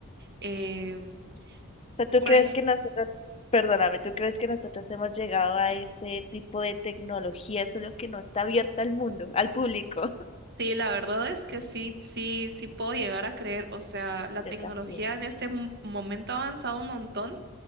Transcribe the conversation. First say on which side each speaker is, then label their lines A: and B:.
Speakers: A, on the right; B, on the left.
A: Em,
B: o sea, ¿tú
A: por
B: crees
A: ej-
B: que nosotros, perdóname, ¿tú crees que nosotros hemos llegado a ese tipo de tecnología, solo que no está abierta al mundo, al público? <laughs>
A: Sí, la verdad es que sí, sí, sí puedo llegar a creer, o sea, la
B: Yo
A: tecnología
B: también.
A: en este mo- momento ha avanzado un montón